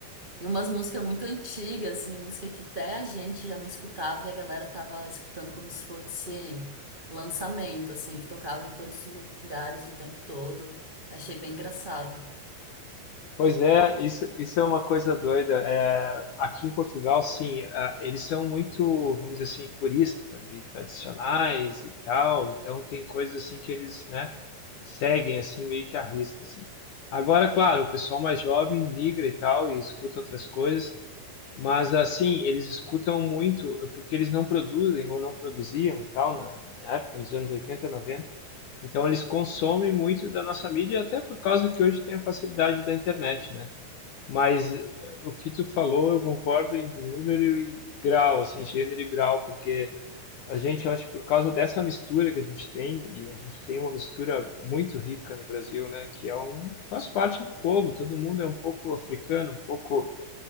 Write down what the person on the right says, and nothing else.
e umas músicas muito antigas, assim, música que até a gente já não escutava, e a galera tava escutando como se fosse lançamento, assim, que tocava em todos os lugares o tempo todo. Achei bem engraçado.